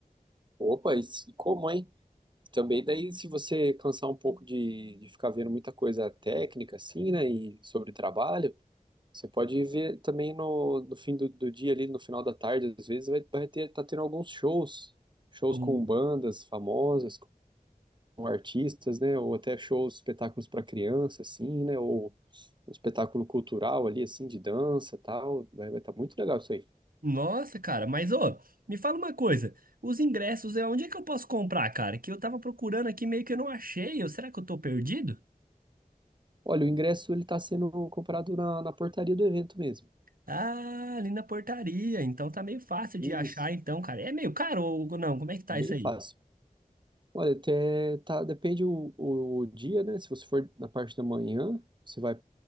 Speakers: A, on the right; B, on the right.
A: Opa, e e como, hein? Também daí, se você cansar um pouco de, de ficar vendo muita coisa técnica, assim, né, e sobre trabalho, você pode ver também no, no fim do, do dia ali, no final da tarde, às vezes, vai, vai ter, tá tendo alguns shows, shows
B: Ô,
A: com bandas famosas, com artistas, né, ou até shows, espetáculos para criança, assim, né, ou um espetáculo cultural ali, assim, de dança, tal, vai vai tá muito legal isso aí.
B: Nossa, cara, mas ô, me fala uma coisa. Os ingressos, é onde é que eu posso comprar, cara? Que eu tava procurando aqui, meio que eu não achei. Ou Será que eu tô perdido?
A: Olha, o ingresso, ele tá sendo comprado na, na portaria do evento mesmo.
B: Ah, ali na portaria. Então tá meio fácil de
A: isso
B: achar, então, cara. É meio caro ou não? Como é que tá
A: Bem
B: isso aí?
A: fácil. Olha, até tá, depende o, o dia, né? Se você for na parte da manhã, você vai